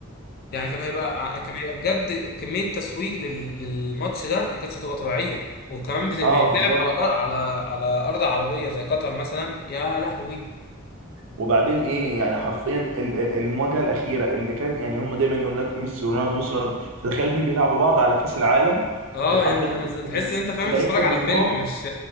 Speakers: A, on the left; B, on the right.
A: يعني كان هيبقى ع- كان هيبقى بجد كمية تسويق لل- للماتش ده ما كانتش هتبقى طبيعية وكمان بت- بيتلعب
B: اه بالظبط
A: على أر- على على أرض عربية زي قطر مثلا يا لهوي
B: وبعدين ايه يعني حرفيا ال- ال- المواجهه الاخيره اللي كان يعني هم دايما يقول لك ميسي ورونالدو ميسي ورونالدو فتخيل اتنين بيلعبوا بعض على كاس العالم
A: اه
B: وحرفيا
A: يا نهار
B: اللي
A: أزرق.
B: هيكسب
A: تحس
B: من
A: إن أنت فاهم
B: اللي
A: بتتفرج
B: هيكسب
A: على
B: منهم
A: فيلم مش